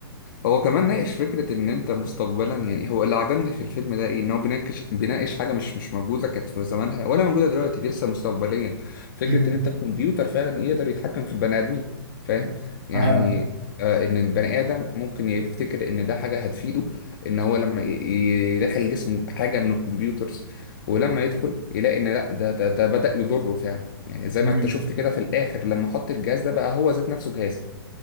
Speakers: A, on the left; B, on the right.
A: هو كمان ناقش فكرة إن أنت مستقبلا يعني هو اللي عجبني في الفيلم ده إيه إن هو بيناقش بيناقش حاجة مش مش موجودة كانت في زمانها ولا موجودة دلوقتي لسه مستقبليا فكرة
B: امم
A: إن أنت الكمبيوتر فعلا يقدر يتحكم في البني آدمين فاهم يعني
B: اه
A: آه إن البني آدم ممكن يفتكر إن ده حاجة هتفيده إن هو لما ي- ي- يدخل جسمه حاجة من الكمبيوترز ولما يدخل يلاقي إن لأ ده ده ده بدأ يضره فعلا يعني زي
B: امم
A: ما أنت شفت كده في الآخر لما حط الجهاز ده بقى هو ذات نفسه جهاز